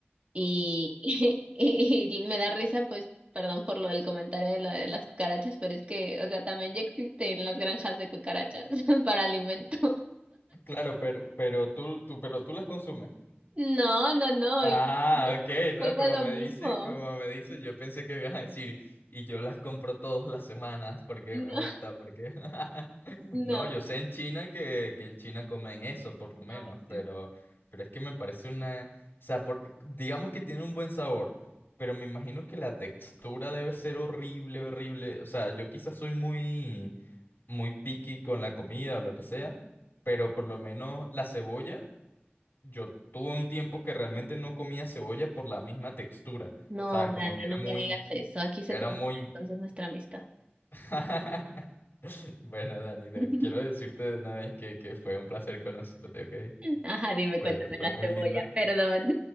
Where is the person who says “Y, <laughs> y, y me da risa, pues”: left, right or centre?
Right